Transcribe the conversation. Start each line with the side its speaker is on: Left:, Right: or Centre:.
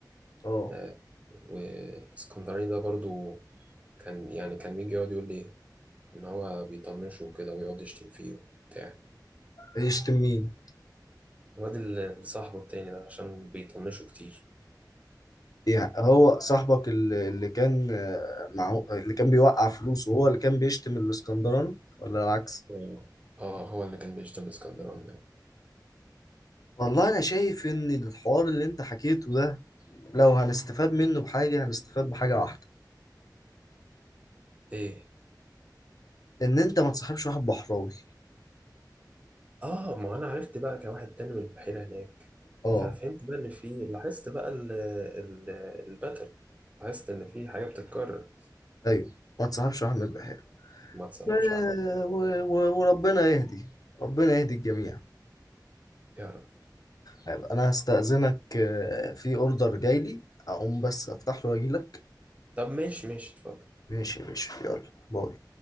Left: اه
Right: آه، والاسكندراني ده برضو كان يعني كان بيجي يقعد يقول لي إن هو بيطنشه وكده ويقعد يشتم فيه وبتاع
Left: يشتم مين
Right: الواد اللي صاحبه التاني ده عشان بيطنشوا كتير
Left: يعني هو صاحبك اللي اللي كان آه، معه اللي كان بيوقع فلوسه هو اللي كان بيشتم الاسكندراني ولا العكس
Right: اه آه، هو اللي كان بيشتغل اسكندراني ده.
Left: والله انا شايف ان الحوار اللي انت حكيته ده لو هنستفاد منه بحاجة هنستفاد بحاجة واحدة
Right: ايه
Left: ان انت ما تصاحبش واحد بحراوي
Right: اه ما انا عرفت بقى كواحد تاني من البحيرة هناك
Left: اه
Right: ففهمت بقى ان في لاحظت بقى ال... ال... الباترن لاحظت ان في حاجة بتتكرر
Left: ايوه ما تصاحبش واحد من البحيرة
Right: ما تصعبش
Left: و-
Right: عليا
Left: و- وربنا يهدي ربنا يهدي الجميع
Right: يا رب
Left: طيب، انا هستأذنك آه، في اوردر جاي لي اقوم بس افتح له واجي لك
Right: طب ماشي ماشي اتفضل
Left: ماشي يا باشا يلا باي